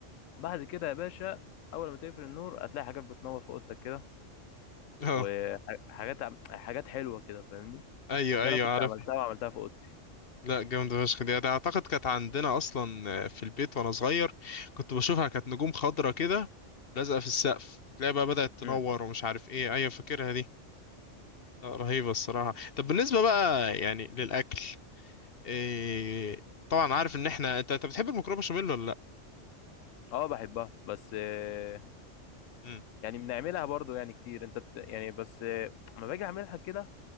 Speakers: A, on the left; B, on the left.
A: بعد كده يا باشا أول ما تقفل النور هتلاقي حاجات بتنور في أوضتك كده
B: اه
A: وحاجات عم- حاجات حلوة كده فاهمني
B: ايوه
A: ده
B: ايوه
A: أنا كنت
B: عارف
A: عملتها وعملتها في أوضتي
B: لا جامدة فشخ دي ده أعتقد كانت عندنا أصلا آه، في البيت وأنا صغير كنت بشوفها كانت نجوم خضرة كده لازقة في السقف تلاقي بقى بدأت تنور
A: امم
B: ومش عارف إيه أيوة فاكرها دي لا رهيبة الصراحة طب بالنسبة بقى يعني للأكل إيه طبعا عارف إن إحنا أنت أنت بتحب المكرونة بشاميل ولا لأ؟
A: أه بحبها بس آه،
B: امم
A: يعني بنعملها برضو يعني كتير أنت بت... يعني بس آه، لما باجي أعملها كده